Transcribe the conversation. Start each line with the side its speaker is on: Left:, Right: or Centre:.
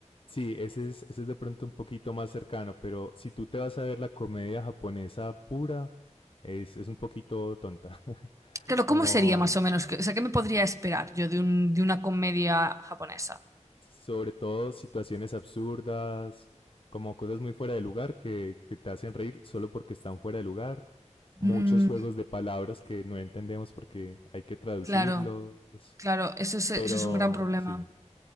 Left: Sí, ese es, ese es de pronto un poquito más cercano, pero si tú te vas a ver la comedia japonesa pura, es, es un poquito tonta. <laughs>
Right: Claro,
Left: Como
Right: ¿cómo sería más o menos? O sea, ¿qué me podría esperar yo de, un- de una comedia japonesa?
Left: sobre todo situaciones absurdas, como cosas muy fuera de lugar que, que te hacen reír solo porque están fuera de lugar. Muchos
Right: Mm,
Left: juegos de palabras que no entendemos porque hay que traducirlos.
Right: claro, claro, eso es, eso
Left: Pero
Right: es un gran problema.
Left: sí,